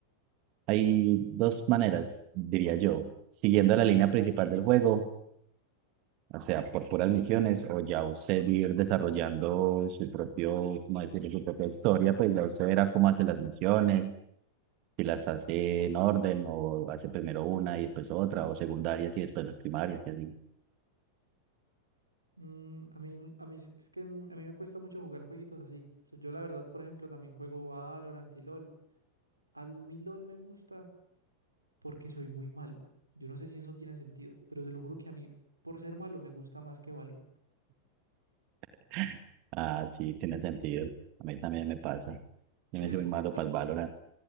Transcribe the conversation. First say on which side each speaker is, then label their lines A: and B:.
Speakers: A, on the right; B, on the right.
A: Hay dos maneras, diría yo, siguiendo la línea principal del juego O sea, por puras misiones, o ya usted ir desarrollando su propio, ¿cómo decirlo? Su propia historia, pues ya usted verá cómo hace las misiones, si las hace en orden, o hace primero una y después otra, o secundarias y después las primarias y así.
B: Mm, a mí, a mí, es es que mm, a mí me cuesta mucho jugar jueguitos así. O sea, yo la verdad, por ejemplo, también juego Valorant y LOL. Al mi LOL me gusta porque soy muy malo. Yo no sé si eso tiene sentido, pero se lo juro que a mí, por ser malo, me gusta más que Valo.
A: <laughs> Ah, sí, tiene sentido. A mí también me pasa. Yo
B: <laughs>
A: me soy muy malo para el Valorant.